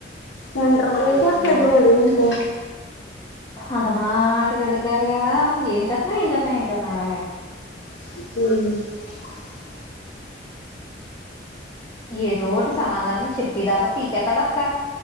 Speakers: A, on the left; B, on the left.
A: సది
B: అంత
A: <unintelligible> చదివాడు అంతే
B: ఎంత మాటుగ అడుగ అదిగావా ఏం చెత్ క ఏం చేత్నావ్ చేత్నావ్ ఆ
A: హ్మ్
B: ఏదోట్ టి సమాధానం చెప్పేదాక పీకేత్తడక్క.